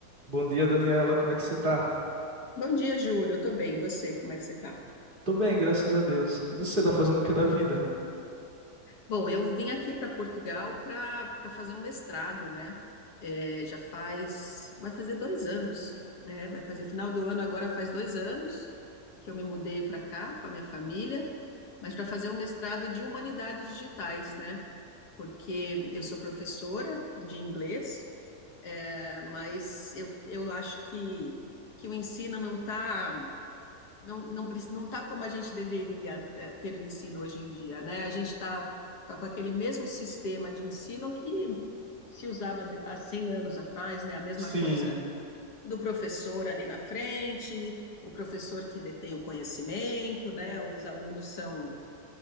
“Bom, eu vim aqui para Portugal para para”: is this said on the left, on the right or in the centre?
Left